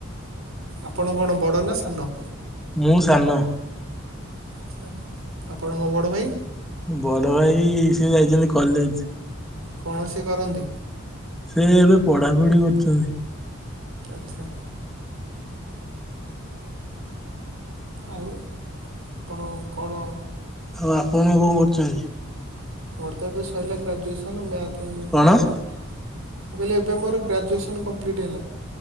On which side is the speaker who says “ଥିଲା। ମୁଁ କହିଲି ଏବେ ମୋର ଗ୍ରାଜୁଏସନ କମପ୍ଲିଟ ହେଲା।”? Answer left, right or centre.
Right